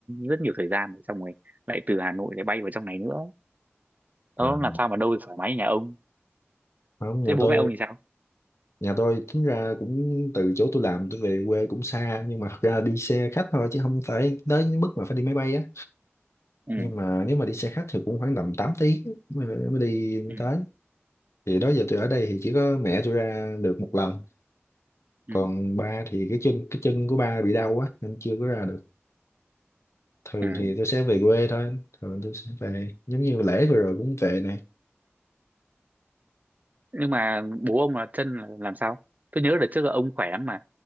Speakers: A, on the right (about 40°); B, on the left (about 85°).
A: rất nhiều thời gian này xong rồi lại từ Hà Nội lại bay vào trong này nữa nó
B: à,
A: làm sao mà đâu được thoải mái như nhà ông
B: không nhà
A: thế bố
B: tôi
A: mẹ ông thì sao
B: nhà tôi tính ra cũng từ chỗ tôi làm tôi về quê cũng xa nhưng mà thật ra đi xe khách thôi chứ không phải tới mức mà phải đi máy bay á
A: ừ
B: nhưng mà nếu mà đi xe khách thì cũng khoảng tầm 8 tiếng mới, mới đi mới
A: ừ
B: tới thì đó giờ tôi ở đây thì chỉ có mẹ tôi ra được một lần
A: ừ
B: còn ba thì cái chân cái chân của ba bị đau quá nên chưa có ra được thường
A: ừ
B: thì tôi sẽ về quê thôi thường tôi sẽ về giống như lễ vừa rồi cũng về này
A: nhưng mà bố ông là chân là làm sao tôi nhớ đợt trước là ông khỏe lắm mà